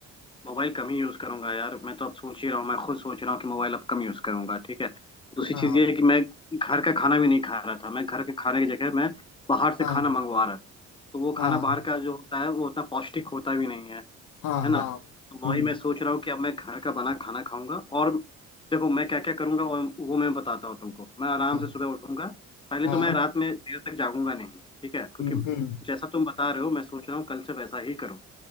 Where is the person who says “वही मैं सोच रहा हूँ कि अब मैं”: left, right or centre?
Left